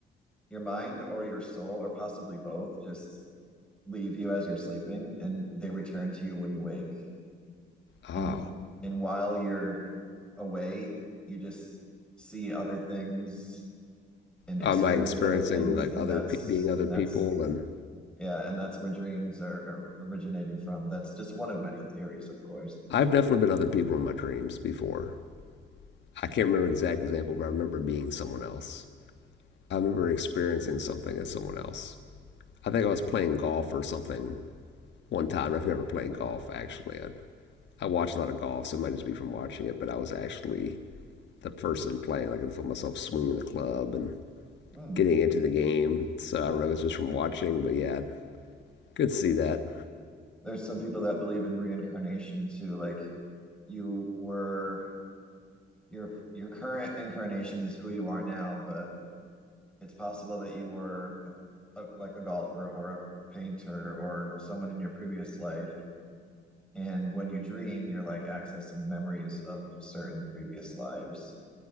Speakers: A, in the centre; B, on the left.
A: your mind or your soul or possibly both just leave you as you're sleeping and they return to you when you wake
B: Oh,
A: and and while you're away you just see other things and
B: am
A: experience
B: I experiencing
A: other things
B: like
A: and
B: other
A: that's
B: pe- being other
A: and
B: people?
A: that's
B: And
A: yeah and that's where dreams are, are originating from that's just one of many theories of course
B: I've definitely been other people in my dreams before. I can't remember an exact example, but I remember being someone else. I remember experiencing something as someone else. I think
A: Hmm,
B: I was playing golf or something one time. I've never played golf actually. I I watch a lot of golf, so it might just be from watching it. But I was actually the person playing. Like I could feel myself swinging the club and
A: hmm.
B: getting into the game. So I don't know if it's just from watching, but yeah, could see that.
A: there's some people that believe in reincarnation too like you were your your current incarnation is who you are now but it's possible that you were a, a, like a golfer or a painter or someone in your previous life. And when you dream, you're like accessing memories of certain previous lives.